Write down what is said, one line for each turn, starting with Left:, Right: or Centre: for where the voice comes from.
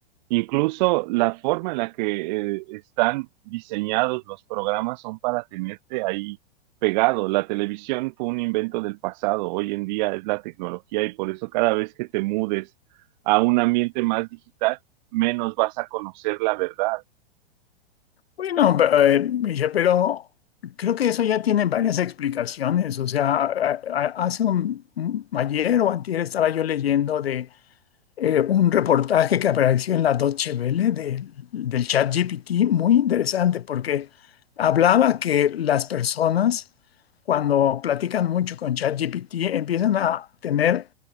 Right: Incluso la forma en la que eh, están diseñados los programas son para tenerte ahí pegado. La televisión fue un invento del pasado, hoy en día es la tecnología y por eso cada vez que te mudes a un ambiente más digital, menos vas a conocer la verdad.
Left: Bueno, pe- a Misha, pero creo que eso ya tiene varias explicaciones. O sea, a- a- hace un, un- ayer o antier estaba yo leyendo de eh, un reportaje que apareció en la Deutsche Welle de- del ChatGPT, muy interesante, porque hablaba que las personas, cuando platican mucho con ChatGPT, empiezan a tener